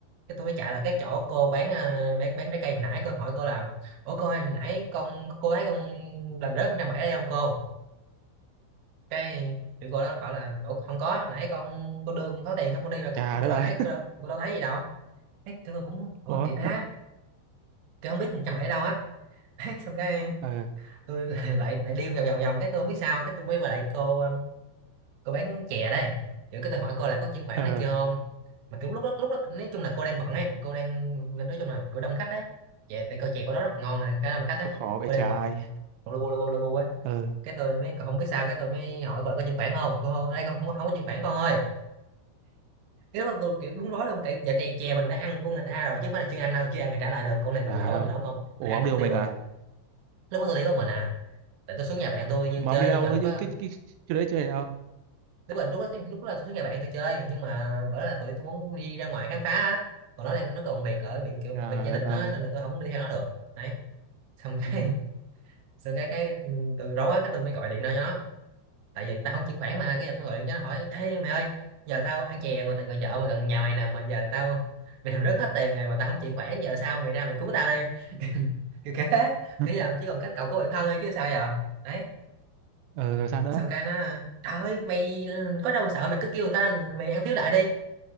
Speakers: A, on the right; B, on the right.
A: cái tôi mới chạy là cái chỗ cô bán ờ, bán bán trái cây hồi nãy cô hỏi cô là ủa cô ơi hồi nãy con cô ấy con làm rớt con trăm bảy đây không cô cái thì cô đó bảo là ủa không có nãy con cô đưa con có tiền xong con đi mà cô
B: Trời
A: cô
B: đất
A: đâu
B: ơi.
A: thấy cô đâu cô đâu thấy gì đâu cái tụi tôi cũng ủa
B: <laughs> Ủa.
A: kỳ ta tôi không biết một trăm bảy đâu hết <laughs> Đấy, xong cái
B: Ờ
A: tôi <laughs> lại lại đi vòng vòng vòng cái tôi không biết sao cái tôi mới gọi lại cô cô bán chè đây kiểu cái tôi hỏi cô là có chuyển khoản
B: ờ
A: này kia không mà kiểu lúc đó lúc đó nói chung là cô đang bận ấy cô đang nói chung là cô đông khách ấy chè tại cô chè cô đó rất là ngon này khá đông khách ấy
B: Nó khó vậy
A: cô đang
B: trời.
A: bận lô bu lô bu lô bu ấy
B: Ừ.
A: cái tôi mới không biết sao cái tôi mới hỏi cô là có chuyển khoản không cô đây không không, có- không có chuyển khoản con ơi cái lúc đó tôi kiểu đúng rối luôn cái dạ chè chè mình đã ăn của người ta rồi chứ không phải là chưa ăn đâu chưa ăn thì trả lại được con này mình
B: Trời
A: lỡ mình
B: ơi.
A: lỡ mà
B: Ủa
A: mình ăn
B: ông
A: mất
B: đi một
A: tiêu
B: mình
A: rồi
B: à?
A: lúc đó tôi đi có mình à tại tôi xuống nhà bạn tôi nhưng
B: Mà
A: chơi
B: ông đi đâu
A: nhưng mà lúc
B: chứ
A: đó
B: cái cái chỗ đấy chơi đâu?
A: đúng rồi lúc đó lúc đó là tôi với người bạn tôi chơi nhưng mà bữa đó là tụi tôi muốn đi ra ngoài khám phá á. còn nó đang nó có bận việc ở bệnh kiểu
B: Trời
A: bận việc gia đình
B: đất ơi.
A: á nên là tôi không đi theo nó được đấy xong cái
B: Ừ.
A: <laughs> xong cái cái ừ, tôi rối quá cái tôi mới gọi điện ra cho nó tại vì tao không chuyển khoản mà cái giờ tôi gọi điện cho nó hỏi ê mày ơi giờ tao ăn chè ngoài tại ngoài chợ mà gần nhà mày nè mà giờ tao <laughs> mày làm rớt hết tiền rồi mà tao không chuyển khoản giờ sao mày ra mày cứu tao đi <laughs> kiểu kiểu thế
B: <laughs>
A: kiểu giờ chỉ còn cách cậu cứu bản thân thôi chứ sao giờ đấy
B: Ừ rồi sao nữa?
A: xong cái nó trời ơi mày có đâu sợ mày cứ kêu người ta mày ăn thiếu đại đi